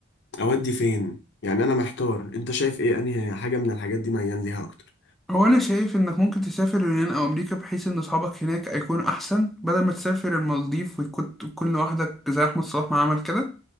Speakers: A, on the left; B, in the centre.
A: أودي فين يعني أنا محتار أنت شايف إيه أنهي حاجة من الحاجات دي ميال ليها أكتر
B: هو أنا شايف إنك ممكن تسافر اليونان أو أمريكا بحيث إن أصحابك هناك هيكون أحسن بدل ما تسافر المالديف ويكون تكون لوحدك زي أحمد صلاح ما عمل كده